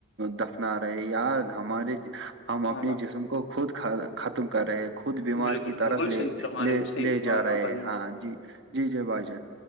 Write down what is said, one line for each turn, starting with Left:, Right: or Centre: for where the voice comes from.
Right: دفنا رہے یا ہمارے ہم اپنی
Left: ہاں
Right: جسم کو خود ختم کر رہے خود بیمار
Left: بالکل
Right: کی طرف
Left: بالکل
Right: لے
Left: صحیح فرما
Right: لے
Left: رہے ہو صحیح
Right: لے
Left: فرما
Right: جا رہے
Left: ہو بھائی
Right: ہاں جی جی جی بھائی جان